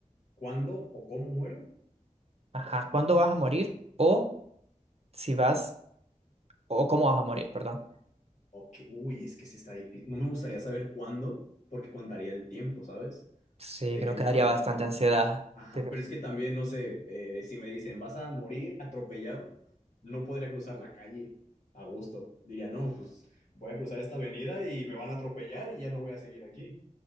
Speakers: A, on the left (about 65°); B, on the right (about 50°).
A: ¿cuándo o cómo muero?
B: Ajá, cuándo vas a morir o si vas o cómo vas a morir, perdón.
A: Ok, uy, es que sí está difícil. No me gustaría saber cuándo porque contaría el tiempo, ¿sabes?
B: Sí,
A: de
B: creo
A: que me
B: que daría
A: falta
B: bastante
A: para...
B: ansiedad.
A: Ajá,
B: Te-
A: pero es que también, no sé, eh, si me dicen, vas a morir atropellado, no podría cruzar la calle a gusto. Diría, no, pues voy a cruzar esta avenida y me van a atropellar y ya no voy a seguir aquí.